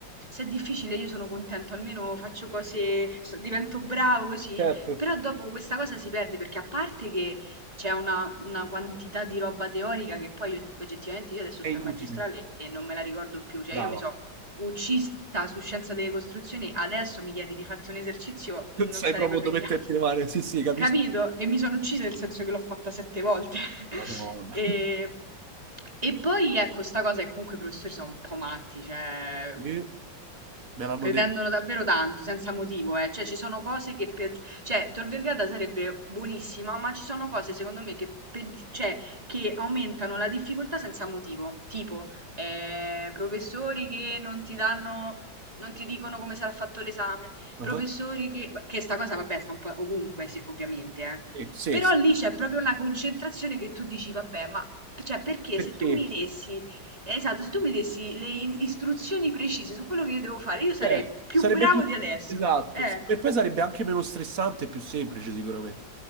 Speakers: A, on the right; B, on the right.
A: se è difficile io sono contento, almeno faccio cose, so- divento bravo così,
B: Certo,
A: però dopo questa cosa si perde perché a parte che c'è una, una quantità di roba teorica che poi og- oggettivamente io adesso
B: è
A: sto
B: inutile.
A: in magistrale e non me la ricordo più, cioè
B: Brava.
A: io mi so
B: <laughs>
A: uccisa su scienza delle costruzioni, adesso mi chiedi di farti un esercizio, non
B: Non sai
A: sarei
B: proprio
A: proprio
B: dove
A: in grado.
B: metterti le mani. Sì, sì, capisco.
A: Capito? E mi sono uccisa nel senso che l'ho fatta sette volte. <laughs>
B: Madonna.
A: E, e poi ecco, sta cosa è che comunque i professori sono un po' matti, cioè
B: Eh, Me l'hanno
A: pretendono
B: detto.
A: davvero tanto, senza motivo, eh. Cioè ci sono cose che per... cioè Tor Vergata sarebbe buonissima, ma ci sono cose secondo me che, peggi- cioè, che aumentano la difficoltà senza motivo, tipo eh, professori che non ti danno, non ti dicono come sarà fatto l'esame.
B: Ah,
A: Professori che, che sta cosa, vabbè, sta un po' ovunque, sì, ovviamente, eh.
B: Sì, sì,
A: Però
B: sì.
A: lì c'è proprio una concentrazione che tu dici, vabbè, ma cioè, perché
B: Perché?
A: se tu mi dessi, esatto, se tu mi dessi le in- istruzioni precise su quello che io devo fare, io sarei
B: Eh,
A: più
B: sarebbe
A: bravo
B: più
A: di adesso.
B: esatto.
A: Eh,
B: E poi sarebbe anche meno stressante e più semplice, sicuramente.